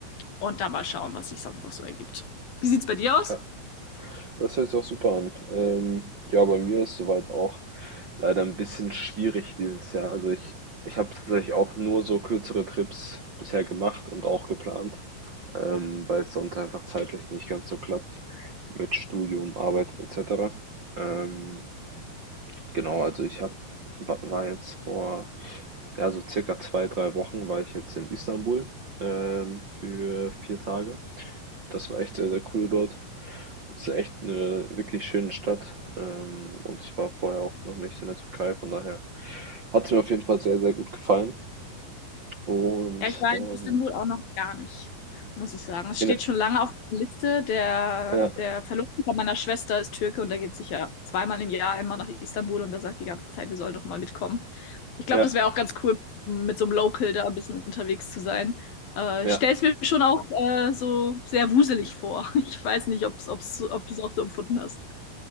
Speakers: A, on the left; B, on the right.
A: Und da mal schauen, was sich sonst noch so ergibt. Wie sieht's bei dir aus?
B: Ja, das hört sich auch super an. Ähm, ja, bei mir ist soweit auch leider ein bisschen schwierig dieses Jahr. Also ich, ich habe tatsächlich auch nur so kürzere Trips bisher gemacht und auch geplant. ähm, weil es sonst einfach zeitlich nicht ganz so klappt mit Studium, Arbeit etc. Ähm, genau, also ich hab, war jetzt vor, ja, so circa zwei, drei Wochen war ich jetzt in Istanbul ähm, für vier Tage. Das war echt sehr, sehr cool dort. Es ist echt eine wirklich schöne Stadt ähm, und ich war vorher auch noch nicht in der Türkei, von daher hat es mir auf jeden Fall sehr, sehr gut gefallen. Und
A: Ja, ich war
B: ähm,
A: in Istanbul auch noch gar nicht, muss ich sagen. Es
B: in
A: steht
B: der,
A: schon lange auf der Liste. Der,
B: ja,
A: der Verlobte von meiner Schwester ist Türke und der geht sicher zweimal im Jahr immer nach Istanbul und der sagt die ganze Zeit, wir sollen doch mal mitkommen. Ich glaube,
B: ja,
A: das wäre auch ganz cool, mit so einem Local da ein bisschen unterwegs zu sein. Äh,
B: ja.
A: ich stelle es mir schon auch äh, so sehr wuselig vor. <laughs> Ich weiß nicht, ob's, ob's, ob du es auch so empfunden hast.